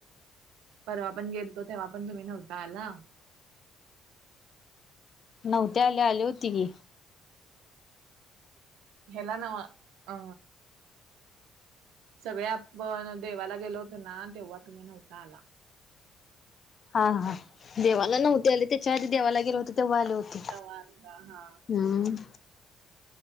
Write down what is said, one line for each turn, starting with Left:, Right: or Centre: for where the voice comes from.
Right: परवा पण गेलतो तेव्हा पण तुम्ही नव्हता आला
Left: नव्हते आले, आले होती की.
Right: हेला नव्हं अ सगळे आपण देवाला गेलो होतो ना तेव्हा तुम्ही नव्हता आला.
Left: हा हा देवाला नव्हते आले तेच्या आधी देवाला गेलो होतो तेव्हा आले होते.
Right: तव्हा आलता हा.
Left: हुं